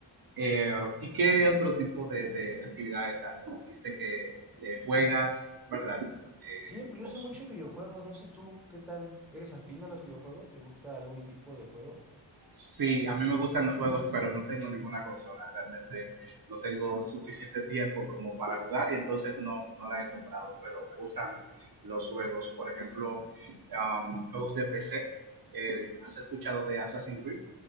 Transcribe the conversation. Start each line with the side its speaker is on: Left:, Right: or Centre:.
Right: Eh, ¿y qué otro tipo de, de actividades hacen? Dijiste que eh, juegas, ¿verdad? Eh,
Centre: Sí, pues
Right: cons-
Centre: yo sé mucho de videojuegos, no sé tú, ¿qué tal? ¿Eres afín a los videojuegos? ¿Te gusta algún tipo de juego?
Right: sí, a mí me gustan los juegos, pero no tengo ninguna consola. Realmente no tengo suficiente tiempo como para jugar y entonces no, no la he comprado, pero me gustan los juegos. Por ejemplo, um, juegos de PC. Eh, ¿has escuchado de Assassin's Creed?